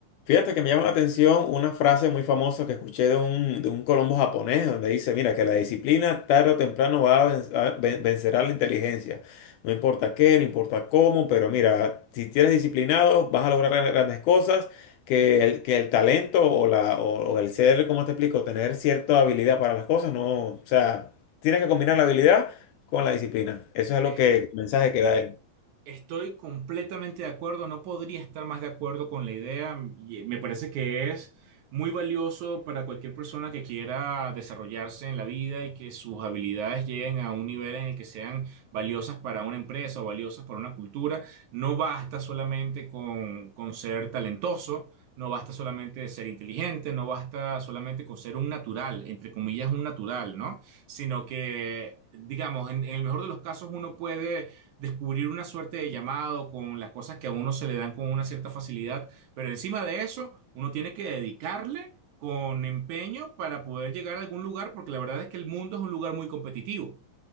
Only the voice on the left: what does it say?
Fíjate que me llama la atención una frase muy famosa que escuché de un, de un Colombo japonés, donde dice, mira, que la disciplina tarde o temprano va a ven- a ven- vencerá la inteligencia. No importa qué, no importa cómo, pero mira, si eres disciplinado, vas a lograr gra- grandes cosas, que el, que el talento o, la, o, o el ser, como te explico, tener cierta habilidad para las cosas, no, o sea, tienes que combinar la habilidad con la disciplina. Eso es lo
que, el mensaje que da él.